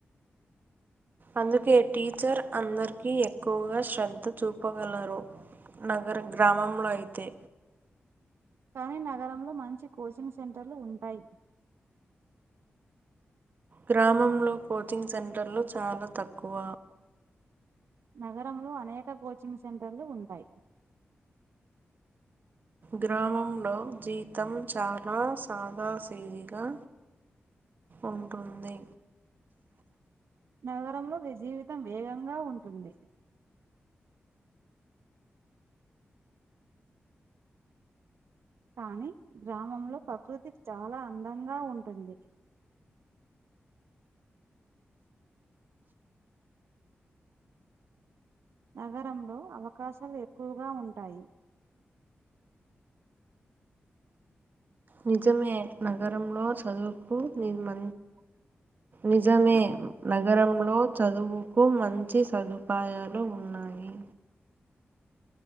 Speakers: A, on the right; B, on the right.
A: అందుకే టీచర్ అందరికీ ఎక్కువగా శ్రద్ధ చూపగలరు నగర గ్రామంలో అయితే
B: కానీ నగరంలో మంచి కోచింగ్ సెంటర్లు ఉంటాయి
A: గ్రామంలో కోచింగ్ సెంటర్లు చాలా తక్కువ
B: నగరంలో అనేక కోచింగ్ సెంటర్లు ఉంటాయి
A: గ్రామంలో జీతం చాలా సాదాసేదిగా ఉంటుంది
B: నగరంలో జీవితం వేగంగా ఉంటుంది కానీ గ్రామంలో ప్రకృతి చాలా అందంగా ఉంటుంది నగరంలో అవకాశాలు ఎక్కువగా ఉంటాయి
A: నిజమే నగరంలో చదువుకు ని మ నిజమే నగరంలో చదువుకు మంచి చదువు అపాయాలు ఉన్నాయి